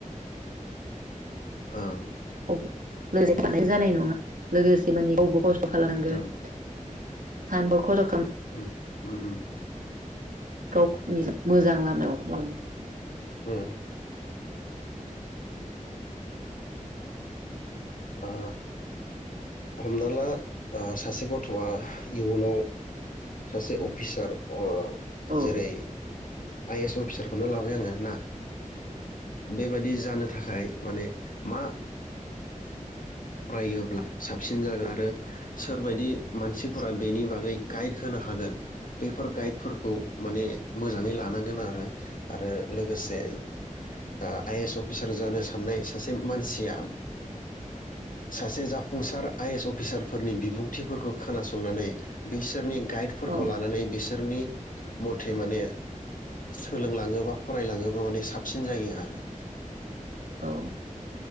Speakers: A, on the left (about 80°); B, on the right (about 80°).
A: ओं
B: औ लोगोसे थानाय जानाय नङा लोगोसे मानि बबो <inaudible> खालाम गोन
A: औ
B: साइान बखौल <inaudible>
A: उम उम उम
B: गावनि मोजां लामायाव लाबोनो
A: उम ओ हमना ला सासे गथ'आ इयुनाव सासे अफिसार ओ
B: औ
A: जेरै आइ एस अफिसारखौनो लाबाय आङो ना बेबायदि जानो थाखाय माने मा फरायोब्ला साबसिन जागोन आरो सोरबायदि मानसिफोरा बेनि बागै गाइड होनो हागोन बेफोर गाइडफोरखौ माने मोजाङै लानांगोन आरो आरो लोगोसे ओ आइ एस अफिसार जानो साननाय सासे मानसिया सासे जाफुंसार आइएस अफिसारफोरनि बिबुंथिफोरखौ खोनासंनानै बैसोरनि गाइडफोरखौ
B: औ
A: लानानै बिसोरनि मथे माने सोलोंलाङोबा फरायलाङोबा माने साबसिन जायो आरो
B: औ